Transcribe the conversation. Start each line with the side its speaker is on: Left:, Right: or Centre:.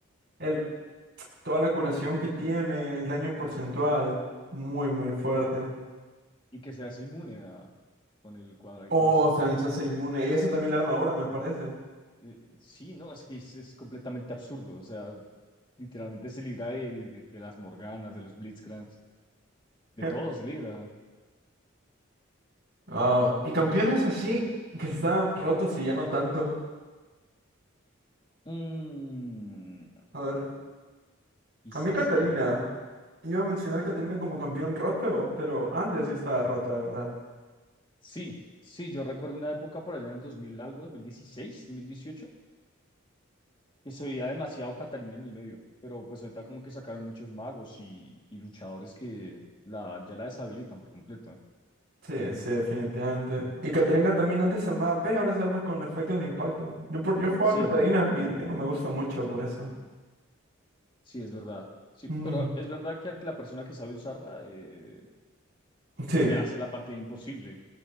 Right: el, toda la curación que tiene, el daño porcentual, muy, muy fuerte.
Left: Y que se hace inmune a- con el cuadradito
Right: Oh,
Left: ese.
Right: también se hace inmune, y eso también la armadura, me parece.
Left: Eh, eh, sí, no, es que es, es completamente absurdo, o sea, literalmente se libra de, de, de las Morganas, de los Blitzcranks, de
Right: <laughs>
Left: todo se libra.
Right: Wow. Y campeones así que estaban rotos y ya no tanto.
Left: Mm,
Right: A ver,
Left: quizás
Right: a mí Catarina.
Left: que...
Right: Iba a mencionar a Catarina como campeón roto, pero antes sí estaba rota, de verdad.
Left: Sí, sí, yo recuerdo una época por allá en el 2000 algo, dos dos mil dieciséis, dos mil dieciocho, que se veía demasiado Catarina en el medio, pero pues ahorita como que sacaron muchos magos y, y luchadores que la, ya la deshabilitan por completo.
Right: Sí, sí, definitivamente. Y Catarina también antes se armaba P, ahora se arma con efectos de impacto. Yo, por, yo jugaba
Left: Sí,
Right: a Catarina y ya no me gusta mucho por eso.
Left: sí, es verdad. Sí,
Right: Mm,
Left: pero es verdad que la persona que sabe usarla eh,
Right: Sí,
Left: te hace la partida imposible.